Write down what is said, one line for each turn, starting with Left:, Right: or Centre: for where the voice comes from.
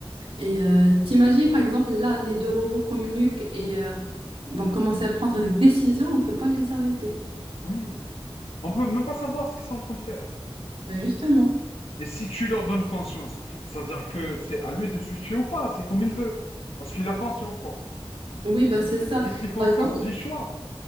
Right: Et euh, t'imagines, par exemple, là, les deux robots communiquent et euh, vont commencer à prendre des décisions, on peut pas les arrêter.
Left: Oui. On peut même pas savoir ce qu'ils sont en train de faire.
Right: Mais justement.
Left: Et si tu leur donnes conscience, c'est-à-dire que c'est à lui de switcher ou pas, c'est comme il veut. Parce qu'il a conscience, quoi.
Right: Oui, bah c'est ça.
Left: Qui dit conscience
Right: Par exemple,
Left: dit choix.